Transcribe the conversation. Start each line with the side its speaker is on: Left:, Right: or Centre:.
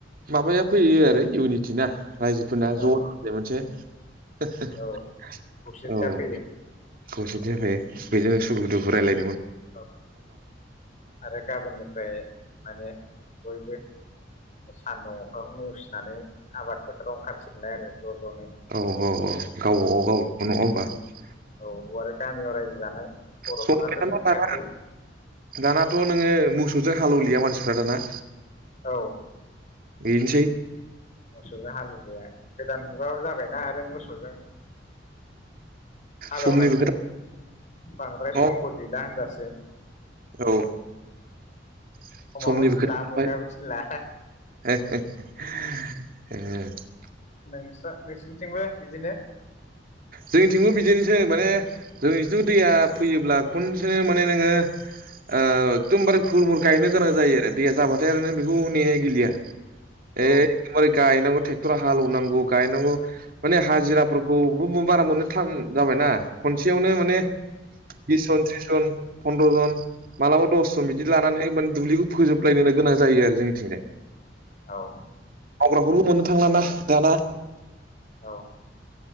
Right: माबाया फैयो आरो इउनिटि ना रायजोफोरना
Left: औ
Right: ज' जायो मोनसे। हो-हो
Left: औ खौसेथिया फैयो
Right: औ खौसेथि होखायो बेजोंनो सुखु -दुखु रायलाय
Left: औ आरो गाबोननिफ्राय माने बयबो सान्दुं अखाखौ नेवसिनानै आबाद फोथाराव ओंखारसिगोनलाय आरो। ज' ज'नो
Right: औ- औ -औ गावबागाव- गावबागाव नङा होमबा?
Left: औ बे गामियाव रायजो जानाय बर'फोरनाथ'
Right: संख
Left: बिदिनोखानोसै
Right: ना दाना दानाथ' नोङो मोसौजों हालेवलिया मानसिफ्रा दाना।
Left: औ।
Right: बेनोसै।
Left: मोसौजों हालेवजाया गोदान मुगाबो जाबायना आरो मोसौजों हालेवनायनि
Right: समनिबो खोथा
Left: बांद्राय
Right: नङा
Left: समबो
Right: होमबा?
Left: गैला होनजासै। <inaudible>
Right: औ। समनिबो
Left: समाबो थिनला
Right: खोथा
Left: मुगायाबो थिनला
Right: थाबाय <inaudible> <inaudible> <inaudible>
Left: नोंस्रा नोंसिनिथिंबो बिदिनो
Right: जोंनिथिंबो बिदिनो माने जोंनिथिंथ' दैया फैयोब्ला खनसेनो माने नोङो एकदमबारे हुर-मुर गायनो गोनां जायो आरो दैया जाबाथाय आरो नों बेखौ नेनाय गैलिया।
Left: औ
Right: एखबारे गायनांगौ ट्रेक्टर हालौनांगौ गायनांगौ माने हाजिराफोर खौ बारा मोननो थान जाबायना खनसेयावनो माने बिस जन थ्रिस जन फन्द्र जन मालाबा दसजन बिदि लानानै माने दुब्लिखौ फोजोबलायनो गोनां जायो आरो जोंनिथिंजाय।
Left: औ।
Right: मावग्राफोरखौ मोननो थांलाना दाना
Left: औ।